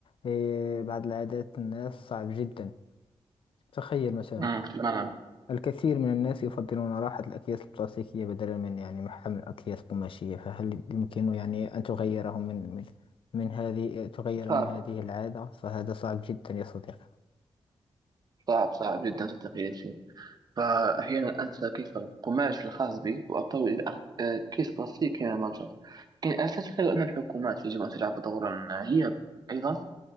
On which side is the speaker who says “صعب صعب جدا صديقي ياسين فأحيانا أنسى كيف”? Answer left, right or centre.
Right